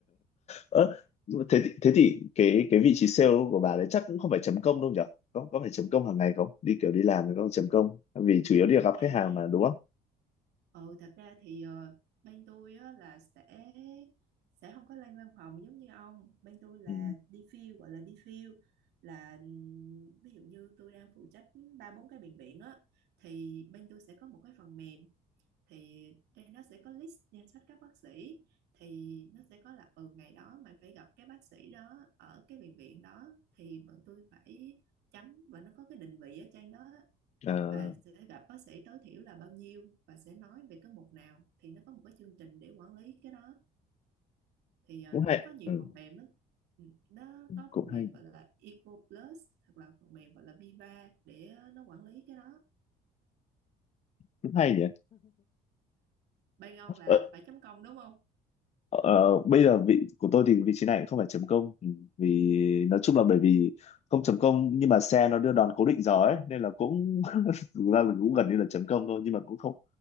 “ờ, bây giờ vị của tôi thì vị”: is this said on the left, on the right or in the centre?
Left